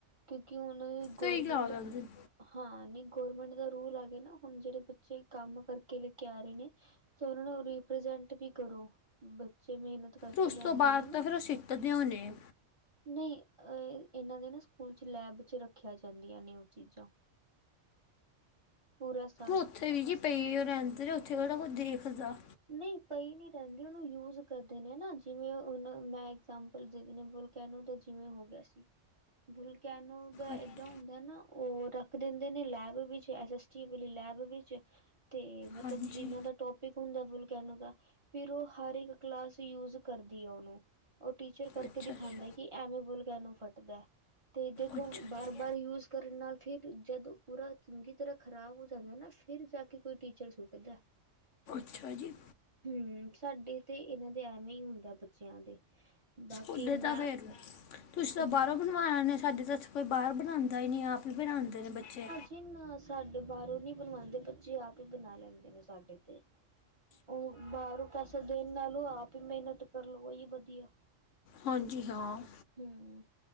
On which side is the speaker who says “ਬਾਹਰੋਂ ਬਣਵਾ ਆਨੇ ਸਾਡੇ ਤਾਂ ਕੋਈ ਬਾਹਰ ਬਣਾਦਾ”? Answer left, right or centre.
Left